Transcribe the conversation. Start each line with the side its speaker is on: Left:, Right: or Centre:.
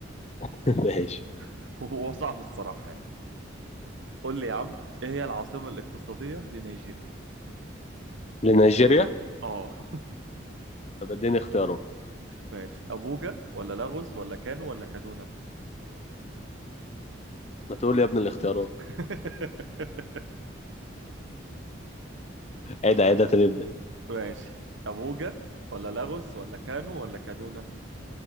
Left: <laughs> ماشي
Right: <laughs> وهو صعب الصراحة يعني قول لي يا عم إيه هي العاصمة الاقتصادية لنيجيريا؟
Left: لنيجيريا
Right: آه <laughs>
Left: طب اديني اختيارات
Right: ماشي أبوجا ولا لاغوس ولا كانو ولا كادونا؟
Left: ما تقول لي يا ابني الاختيارات
Right: <laughs>
Left: عيد عيد تاني ابدا
Right: ماشي أبوجا ولا لاغوس ولا كانو ولا كادونا